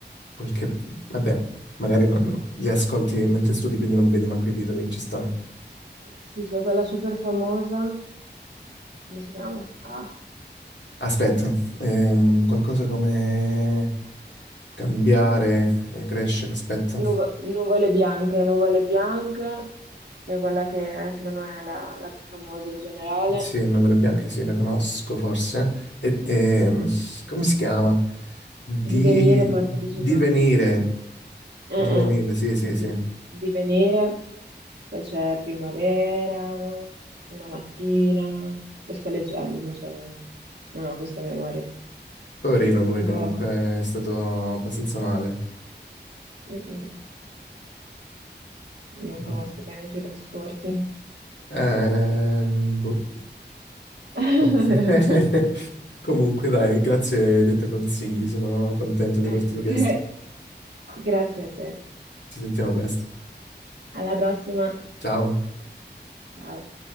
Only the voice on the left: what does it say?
qualche... Vabbè, magari non- non- li ascolti mentre studi, quindi non vedi manco i titoli, ci sta.
Aspetta, ehm, qualcosa come cambiare, eh, crescere, aspetta.
Sì, Nuvole Bianche sì, la conosco forse. E, ehm, come si chiama? Di,
divenire,
divenire, sì,
sì,
sì.
Poverino lui
comunque, è stato abbastanza male.
No.
Ehm, boh.
Oh. <laughs> Comunque dai, grazie dei tuoi consigli, sono contento di
avertelo
chiesto.
Ci sentiamo presto.
Ciao.